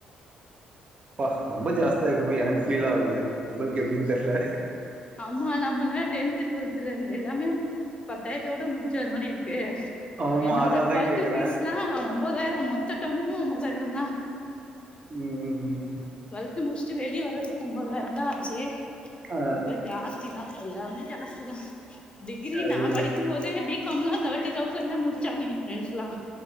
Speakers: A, on the right (about 35°); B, on the left (about 30°).
A: பா ரொம்ப ஜாஸ்தியா இருக்குமே எனக்கு ஃபீல் ஆகுது உங்களுக்கு எப்டின்னு தெரில
B: ஆமா நம்ம எல்லாம் டென்து டுவெல்த்ல இரு எல்லாமே பத்தாயிரத்தோட முடிச்சத மாதிரி இருக்கு
A: ஆமா
B: என்னோட
A: அதனால
B: டுவெல்த்
A: தா கேக்குறே
B: ஃபீஸ்லா ஒன்பதாயிரம் மொத்த டுவெல்த்தூ ஒன்பதாயிரோ தா
A: உம் உம் உம்
B: டுவெல்த் முடிச்சுட்டு வெளிய வர்றதுக்கு ஒன்பதாயிரோ தா ஆச்சு
A: ஆ
B: இப்ப ஜாஸ்தி தா எல்லாமே ஜாஸ்தி தா டிகிரி
A: அதுதா
B: நா படிக்கும்போது பிகாம்லா தேர்டி தௌசண்ட்ல முடிச்சாங்க எ ஃ பிரண்ட்ஸ்லா